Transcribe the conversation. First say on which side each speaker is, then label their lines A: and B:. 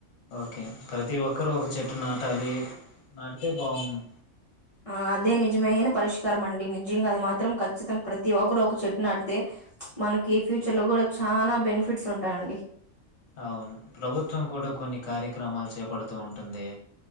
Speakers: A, on the left; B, on the left.
A: ఓకే ప్రతి ఒక్కరు ఒక చెట్టు నాటాలి నాటితే బాగును
B: ఆ అదే నిజమైన పరిష్కారం అండి నిజంగా అది మాత్రం ఖచ్చితం ప్రతి ఒక్కరు ఒక చెట్టు నాడితే మన కి ఫ్యూచర్‌లో కూడా చానా బెనిఫిట్స్ ఉంటాయండి
A: అవును ప్రభుత్వం కూడా కొన్ని కార్యక్రమాలు చేపడుతూ ఉంటుంది